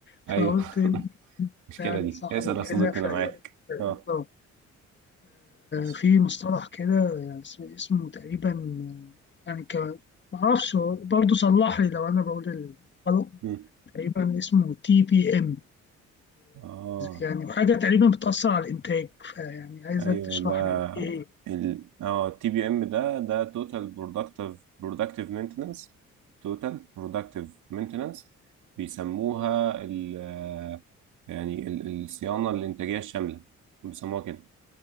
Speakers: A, on the left; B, on the right.
A: فقلت
B: ايوه
A: إنت
B: <laughs> المشكلة
A: يعني
B: دي
A: صاحبي
B: اسأل
A: كده
B: يا صديقي
A: ف-
B: انا معاك اه
A: آه.
B: اسأل
A: ففي مصطلح كده يعني اسمه اسمه تقريبا يعني ك... معرفش برضه صلح لي لو أنا بقول الغلط
B: مم.
A: تقريبا اسمه تي بي ام
B: اه
A: يعني اه حاجة تقريبا بتأثر على الإنتاج فيعني عايزك
B: ايوه
A: تشرح
B: ده
A: لي إيه هي
B: ال اه التي بي ام ده ده توتال برودكتيف برودكتيف مينتننس توتال برودكتيف مينتننس بيسموها ال آه، يعني ال- الصيانة الإنتاجية الشاملة بيسموها كده